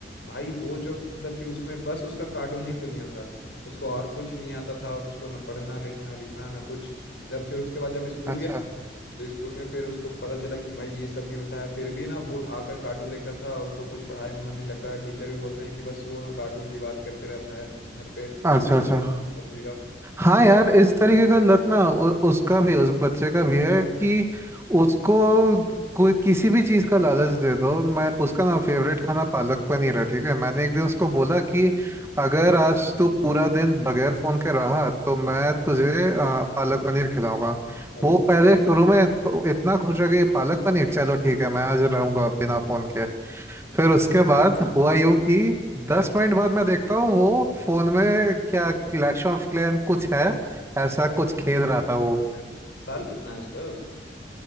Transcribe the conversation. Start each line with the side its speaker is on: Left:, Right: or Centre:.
Left: भाई वो जो मतलब कि उसमें बस उसका कार्टून ही दुनिया था उसको और कुछ नहीं आता था और उसको ना पढ़ना लिखना लिखना ना कुछ जब फिर उसके बाद जब स्कूल
Right: अच्छा
Left: गया तो स्कूल में फिर उसको पता चला कि भाई ये सब भी होता है फिर भी ना वो आकर कार्टून देखता था और उसको कुछ पढ़ाई में मन नहीं लगता था टीचर भी बोलते हैं कि बस वो ना कार्टून की बात करते रहता है घर पे
Right: अच्छा अच्छा
Left: सब्जी का
Right: हाँ यार इस तरीके का लत ना उ, उसका भी उस बच्चे का भी है कि उसको कोई किसी भी चीज़ का लालच दे दो मैं उसका ना फेवरेट खाना पालक पनीर है ठीक है मैंने एक दिन उसको बोला कि अगर आज तू पूरा दिन बगैर फोन के रहा तो मैं तुझे अ, पालक पनीर खिलाऊंगा
Left: अच्छा
Right: वो पहले शुरू में तो इतना खुश हो गई पालक पनीर चलो ठीक है मैं आज रहूंगा बिना फोन के फिर उसके बाद हुआ यूं कि दस मिनट बाद मैं देखता हूँ वो फोन में क्या क्लैश ऑफ क्लैन कुछ है ऐसा कुछ खेल रहा था वो
Left: अच्छा। साल कितना है उसका